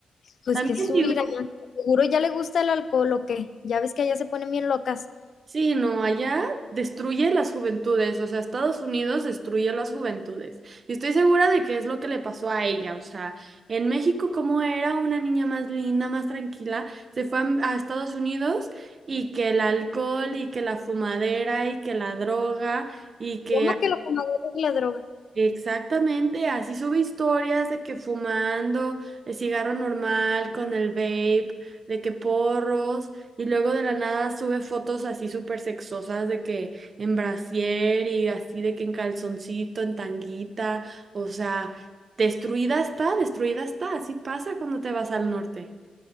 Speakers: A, on the left; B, on the right.
A: Pues
B: También
A: que subir
B: vive
A: allá. Seguro ya le gusta el alcohol o qué. Ya ves que allá se ponen bien locas.
B: Sí, no, allá destruye las juventudes, o sea, Estados Unidos destruye las juventudes. Y estoy segura de que es lo que le pasó a ella, o sea, en México como era una niña más linda, más tranquila, se fue a, a Estados Unidos y que el alcohol y que la fumadera y que la droga y que
A: ¿Cómo que lo comadre y la droga?
B: Exactamente, así sube historias de que fumando el cigarro normal con el vape, de que porros, y luego de la nada sube fotos así súper sexosas de que en brasier y así de que en calzoncito, en tanguita, o sea, destruida está, destruida está, así pasa cuando te vas al norte.